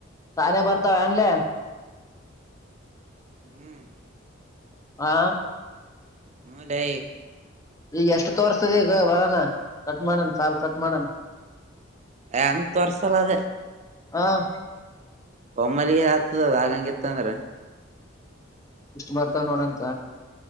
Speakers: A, on the left (about 15°); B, on the right (about 35°).
A: ತಾನೇ ಬರ್ತವೆನ್ಲೆ. <unintelligible>
B: ಹ್ಮ್
A: ಹಾ
B: ಹ್ಮ ಲ್ಯಾ.
A: ಈಗ ಎಷ್ಟ ತೋರ್ಸತದ ಈಗ ಬಡನ ಕಟ್ ಮಾಡನ್ ಕಾಲ್ ಕಟ್ ಮಾಡಮ್.
B: ಆ ಅಂಗ ತೊರಿಸಸಲ್ಲ ಅದ್.
A: ಹಾ <unintelligible>
B: ಒಮ್ಮಲ್ಲಿಗೆ ಆತದ ಆಗಂಗಿತ್ತಂದ್ರ.
A: ಇಷ್ಟು ಬರ್ತಾವ ನೋಡಂತ.